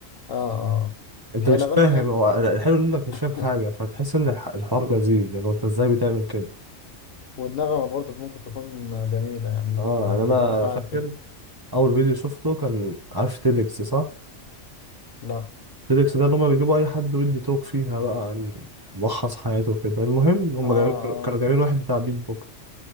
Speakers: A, on the left; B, on the right.
A: اه اه آه.
B: انت
A: هي
B: مش
A: الأغاني
B: فاهم
A: يعني
B: هو الحلو انك مش
A: <laughs>
B: فاهم حاجه فتحس ان الح- الحوار لذيذ لان هو انت ازاي بتعمل كده
A: والنغمة برضه ممكن تكون جميلة يعني
B: اه
A: أنت ممكن
B: يعني انا
A: تكون فعلا
B: فاكر اول فيديو شفته كان عارف تيدكس صح
A: لا
B: تيدكس ده اللي هما بيجيبوا اي حد ويدي توك فيها بقى عن ملخص حياته كده المهم هما
A: اه اه
B: جايبين كانوا جايبين واحد بتاع بيت بوكس